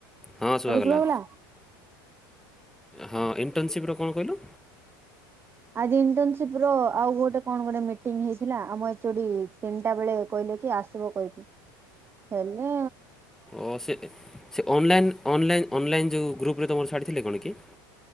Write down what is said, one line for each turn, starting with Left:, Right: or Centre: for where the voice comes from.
Centre: ହଁ ଶୁହାଗଲା
Right: ଶୁଭାଗଲା
Centre: ହଁ ଇଣ୍ଟର୍ନସିପ୍ର କଣ କହିଲୁ?
Right: ଆଜି ଇଣ୍ଟର୍ନସିପ ର ଆଉ ଗୋଟେ କଣ ଗୋଟେ ମିଟିଂ ହେଇଥିଲା ଆମ ଏ ଚୁଠ ତିନିଟା ବେଳେ କହିଲେ କି ଆସିବ କହିକି ହେ ନା
Centre: ଓ ସେ ସେ ଅନଲାଇନ୍ ଅନଲାଇନ୍ ଅନଲାଇନ୍ ଯେଉଁ ଗ୍ରୁପରେ ତୁମର ଛାଡ଼ି ଥିଲେ କଣ କି?